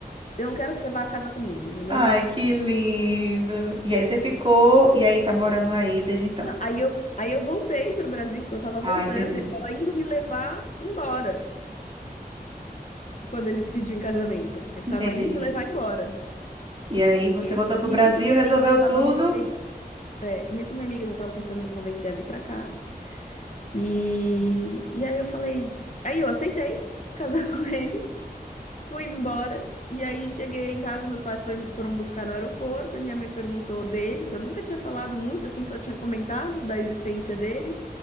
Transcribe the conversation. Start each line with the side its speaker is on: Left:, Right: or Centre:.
Left: eu não quero que você vá casar comigo, entendeu?
Right: Ai, que lindo. E aí você ficou e aí tá morando aí desde então.
Left: Não, aí eu, aí eu voltei pro Brasil, porque eu tava
Right: Ah,
Left: voltando,
Right: entendi.
Left: ele tava indo me levar embora quando ele pediu em casamento. Ele
Right: Entendi.
Left: tava indo me levar embora.
Right: E aí você
Left: E,
Right: voltou pro
Left: e
Right: Brasil,
Left: nisso minha
Right: resolveu
Left: amiga já estava
Right: tudo,
Left: muito tempo, é, e nisso minha amiga já estava tentando me convencer a vir para cá. E, e aí eu falei, aí eu aceitei casar <laughs> com ele, fui embora. E aí cheguei em casa, meus pais foi- foram buscar no aeroporto, e minha mãe perguntou dele, que eu nunca tinha falado muito, assim, só tinha comentado da existência dele.